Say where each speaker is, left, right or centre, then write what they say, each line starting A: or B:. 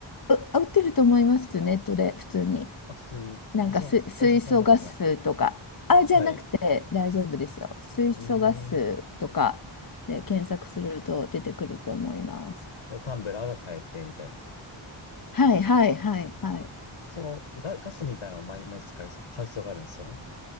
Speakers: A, on the left; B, on the left.
A: う、売ってると思います、ネットで、普通に。
B: あ、普通に医者、
A: なんかす、水素ガスとか。
B: お医者さんとかじゃなくて、
A: あ、じゃなくて大丈夫ですよ。
B: はい。
A: 水素ガスとかで検索すると出てくると思います。
B: ええタンブラーが買えて、みたいな。
A: はいはいはいはい。
B: そのガ、ガスみたいなのを毎毎日使う、買う必要があるんですよね。